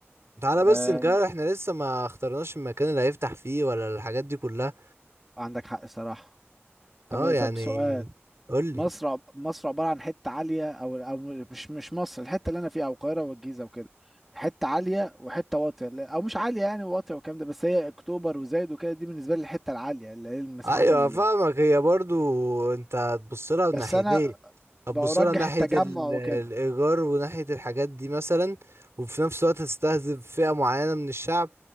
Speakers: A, on the right; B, in the centre.
A: تعالى
B: آه
A: بس نجرب احنا لسه ما اخترناش المكان اللي هيفتح فيه ولا الحاجات دي كلها
B: عندك حق صراحة طب
A: اه يعني
B: إيه- طب سؤال
A: قولي
B: مصر عب- مصر عبارة عن حتة عالية أو أو مش مش مصر الحتة اللي أنا فيها أو القاهرة والجيزة وكده حتة عالية وحتة واطية لا- أو مش عالية يعني واطية والكلام ده بس هي أكتوبر وزايد وكده دي بالنسبة لي الحتة العالية اللي هي المساحات
A: ايوه
B: اللي
A: فاهمك هي برضو انت هتبص لها
B: بس
A: من ناحيتين
B: أنا برجح
A: هتبص لها ناحية
B: التجمع
A: ال-
B: وكده
A: الايجار وناحية الحاجات دي مثلا وفي نفس الوقت هتستهدف فئة معينة من الشعب